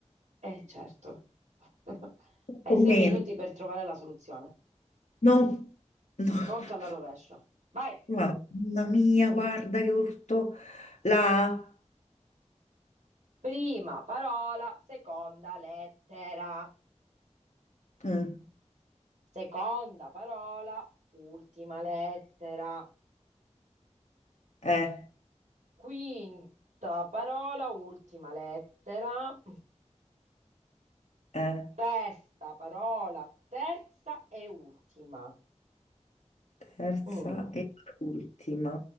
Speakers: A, on the right; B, on the left.
A: Eh, certo. <laughs> Hai
B: Con
A: sei
B: meno.
A: minuti per trovare la soluzione.
B: Non... no. <laughs>
A: Conto alla rovescia. Vai.
B: Mamma mia, guarda che urto. La...
A: Prima parola, seconda lettera.
B: mm,
A: Seconda parola, ultima lettera.
B: eh,
A: Quinta parola, ultima lettera.
B: eh,
A: Sesta parola, terza e ultima.
B: terza
A: Mm.
B: e ultima.